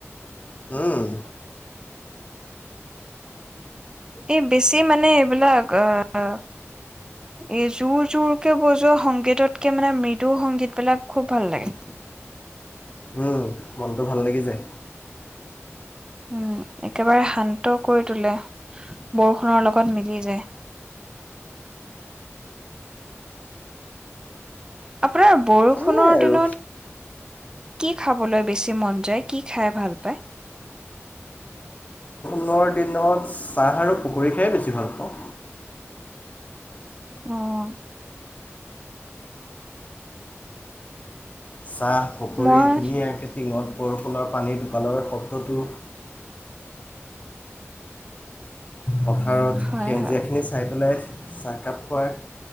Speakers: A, on the left; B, on the right.
A: উম,
B: এই বেছি মানে এইবিলাক আহ এই জোৰ জোৰকে বজোৱা সংগীতকৈ মানে মৃদু সংগীতবিলাক খুব ভাল লাগে
A: উম, মনটো ভাল লাগি যায়
B: উম একেবাৰে শান্ত কৰি তোলে বৰষুণৰ লগত মিলি যায় আপোনাৰ বৰষুণৰ
A: সেয়াই আৰু
B: দিনত কি খাবলৈ বেছি মন যায় কি খাই ভাল পায়
A: নৰ দিনত চাহ আৰু পকী খাই বেছি ভাল পাওঁ
B: আহ
A: চাহ পকৰি
B: মই
A: ধুনীয়াকৈ দিনত বৰষুণৰ পানী টোপালৰ শব্দটো পথাৰত
B: হয়,
A: সেউজীয়াখিনি
B: হয়।
A: চাই পেলাই চাহকাপ খাই